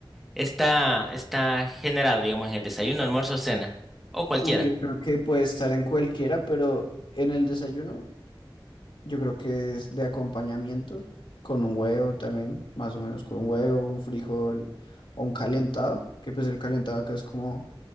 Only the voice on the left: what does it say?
Uy, yo creo que puede estar en cualquiera, pero en el desayuno yo creo que es de acompañamiento, con un huevo también, más o menos con un huevo, un frijol o un calentado, que pues el calentado acá es como